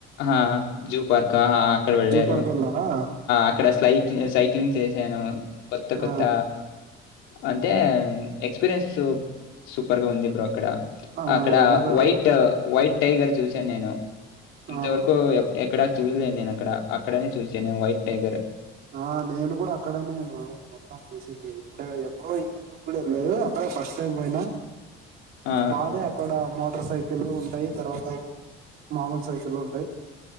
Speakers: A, on the left; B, on the right.
A: ఆ జూ పార్క ఆ అక్కడ వెళ్లారు
B: జూ పార్క్ వెళ్ళారా
A: అక్కడ సైక్ సైక్లింగ్, చేశాను కొత్త కొత్త
B: ఆ
A: అంటే ఎక్స్పీరియన్స్ సు పర్ గా ఉంది బ్రో అక్కడ
B: ఆ
A: అక్కడ
B: ఎందుక
A: వైట్ వై టైగర్ చూసాన్ నేను ఇంతవరకు
B: ఆ
A: ఎ ఎక్కడా చూసాన్ నేను అక్కడ అక్కడనే చూసాను నేను వైట్ టైగర్
B: ఆ నేను కూడా అక్కడనే మొత్తం చూసింది ఇప్పుడే గాద్ ఎప్పుడో ఈ ట్యూబ్ లల్లో ఆ ఫస్ట్ టైం పోయినా
A: ఆ!
B: బాధే అక్కడ టర్ సైకిళ్ళు ఉంటయ్ తర్వాత మాములు సైకిళ్ళు ఉంటయ్